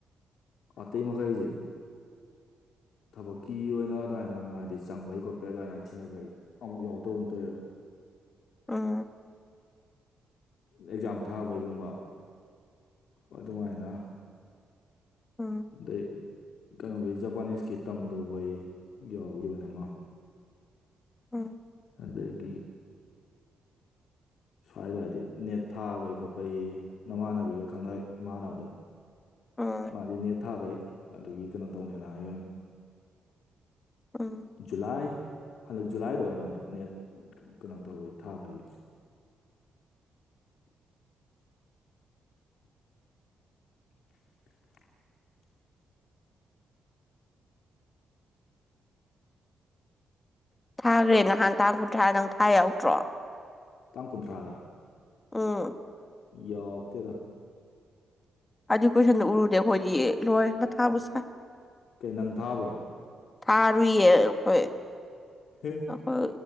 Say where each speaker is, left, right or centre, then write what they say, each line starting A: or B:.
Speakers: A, on the left; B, on the left.
A: ꯑꯇꯩ ꯃꯈ ꯀ ꯑꯩꯖꯦ ꯊꯕꯛꯀꯤ ꯑꯣꯏꯅ ꯑꯗꯨꯃꯥꯏꯅ ꯍꯥꯏꯗꯤ ꯆꯪꯕꯩ ꯈꯣꯠꯄꯩ ꯑꯗꯨꯃꯥꯏꯅ ꯊꯤꯅꯕꯩ ꯑꯃꯨꯛ ꯌꯥꯎꯗꯕ ꯑꯃ ꯇꯧꯋ <inaudible>
B: ꯑ
A: ꯑꯦꯛꯖꯥꯝ ꯊꯥꯕꯩꯒꯨꯝꯕ ꯑꯗꯨꯃꯥꯏꯅ
B: ꯑꯥ
A: ꯑꯗꯩ ꯀꯩꯅꯣꯒꯤ ꯖꯄꯥꯅꯤꯁꯀꯤ ꯇꯝꯗꯨꯕꯩ ꯌꯥꯎꯈꯤꯕꯅꯦ ꯑꯃ
B: ꯎꯝ
A: ꯑꯗꯒꯤ ꯁ꯭ꯋꯥꯏꯗꯗꯤ ꯅꯦꯠ ꯊꯥꯕꯩ ꯈꯣꯠꯄꯒꯤ ꯅꯃꯥꯟꯅꯕꯤꯒ ꯈꯪꯅ ꯏꯃꯥꯟꯅꯕꯗꯣ
B: ꯎꯝ
A: ꯃꯥꯗꯤ ꯅꯦꯠ ꯊꯥꯕꯩ ꯑꯗꯨꯒꯤ ꯀꯩꯅꯣ ꯇꯧꯅꯦꯅ ꯍꯥꯏꯒꯅꯤ
B: ꯎꯝ
A: ꯖꯨꯂꯥꯏ ꯍꯟꯗꯛ ꯖꯨꯂꯥꯏꯗ ꯑꯣꯏꯔ ꯃꯥꯜꯜꯂꯤ ꯅꯦꯠ ꯀꯩꯅꯣ ꯇꯧꯕꯩ ꯊꯥꯕꯩ <inaudible> <inaudible>
B: ꯊꯥꯈ꯭ꯔꯦ ꯅꯍꯥꯟ ꯇꯥꯡ ꯀꯨꯟꯊ꯭ꯔꯥ ꯅꯪ ꯊꯥ ꯌꯥꯎꯗ꯭ꯔꯣ
A: ꯇꯥꯡ ꯀꯨꯟꯊ꯭ꯔꯥꯗ
B: ꯑꯝ
A: ꯌꯥꯎꯛꯇꯦꯗ
B: ꯑꯗꯨ ꯀꯣꯏꯁꯟꯗ ꯎꯔꯨꯗꯦ ꯑꯩꯈꯣꯏꯗꯤ ꯂꯣꯏ ꯃꯊꯥꯕꯨ ꯁꯥꯏ
A: ꯀꯩ ꯅꯪ ꯊꯥꯕ꯭ꯔꯥ
B: ꯊꯥꯔꯨꯏꯌꯦ ꯍꯈꯣꯏ
A: ꯍꯦ
B: ꯑꯩꯈꯣꯏ